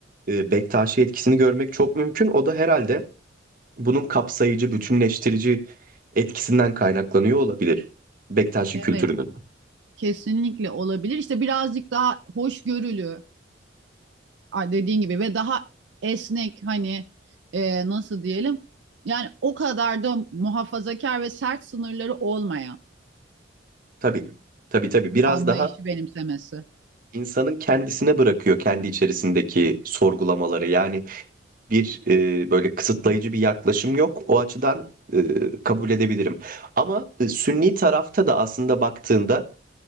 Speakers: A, on the right; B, on the right.
A: e, Bektaşi etkisini görmek çok mümkün. O da herhalde bunun kapsayıcı, bütünleştirici etkisinden kaynaklanıyor olabilir Bektaşi
B: Evet
A: kültürünün.
B: kesinlikle olabilir. İşte birazcık daha hoşgörülü e, dediğin gibi ve daha esnek hani e, nasıl diyelim yani o kadar da muhafazakar ve sert sınırları olmayan
A: Tabii, tabii tabii biraz
B: bir anlayışı
A: daha
B: benimsemesi.
A: insanın kendisine bırakıyor kendi içerisindeki sorgulamaları. Yani bir e, böyle kısıtlayıcı bir yaklaşım yok. O açıdan e, kabul edebilirim. Ama e, Sünni tarafta da aslında baktığında